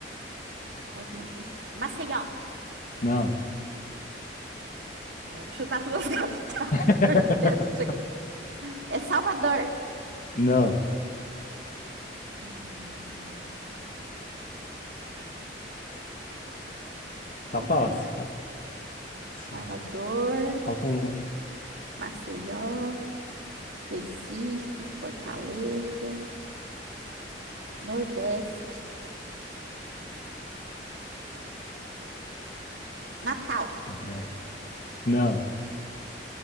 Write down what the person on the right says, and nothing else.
capital do Nordeste. Maceió.
Eu vou chutar todas as <laughs> capitais
do Nordeste. É Salvador.
Hum, qual
mais?
Salvador,
Maceió, Recife, Fortaleza, Nordeste, Natal,